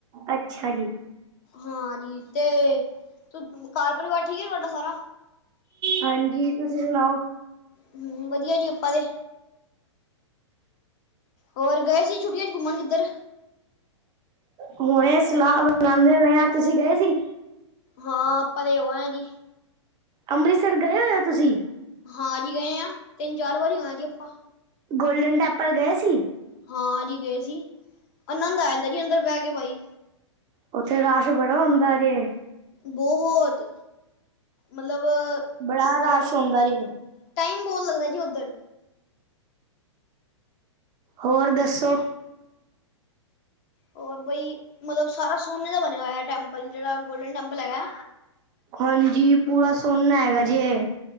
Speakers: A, on the right; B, on the left.
A: ਅੱਛਾ ਜੀ
B: ਹਾਂਜੀ ਤੇ ਘਰ ਪਰਿਵਾਰ ਠੀਕ ਹੈ ਤੁਹਾਡਾ ਸਾਰਾ
A: ਹਾਂਜੀ ਤੁਸੀਂ ਸੁਣਾਓ
B: ਹਮ ਵਧੀਆ ਜੀ ਆਪਾਂ ਤੇ ਹੋਰ ਗਏ ਸੀ ਛੁਟੀਆ 'ਚ ਘੁੰਮਣ ਕਿੱਧਰ
A: ਹੁਣੇ ਸਲਾਹ ਬਣਾਉਦੇ ਪਏ ਆ, ਤੁਸੀਂ ਗਏ ਸੀ
B: ਹਾਂ ਆਪਾਂ ਤੇ ਹੋ ਆਏ ਆ ਜੀ
A: ਅੰਮ੍ਰਿਤਸਰ ਗਏ ਹੋ ਹੋ ਤੁਸੀਂ
B: ਹਾਂ ਜੀ ਗਏ ਆ, ਤਿੰਨ ਚਾਰ ਵਾਰੀ ਹੋ ਆਏ ਜੀ ਆਪਾਂ
A: ਗੋਲਡਨ ਟੈਂਪਲ ਗਏ ਸੀ
B: ਹਾਂ ਜੀ ਗਏ ਸੀ। ਆਨੰਦ ਆ ਜਾਂਦਾ ਜੀ ਅੰਦਰ ਬਹਿ ਕੇ ਬਾਈ
A: ਉੱਥੇ ਰਸ਼ ਬੜਾ ਹੁੰਦਾ ਜੇ।
B: ਬਹੁਤ ਮਤਲਬ
A: ਬੜਾ
B: ਮਤਲਬ
A: ਰਸ਼ ਹੁੰਦਾ ਜੇ
B: ਟਾਈਮ ਬਹੁਤ ਲੱਗਦਾ ਜੀ ਉੱਧਰ।
A: ਹੋਰ ਦੱਸੋ?
B: ਉਹ ਬਈ ਮਤਲਬ ਸਾਰਾ ਸੋਨੇ ਦਾ ਬਣਿਆ ਹੋਇਆ ਟੈਂਪਲ ਜਿਹੜਾ ਗੋਲਡਨ ਟੈਂਪਲ ਹੈਗਾ।
A: ਹਾਂਜੀ ਪੂਰਾ ਸੋਨਾ ਹੈਗਾ ਜੀ ਏ।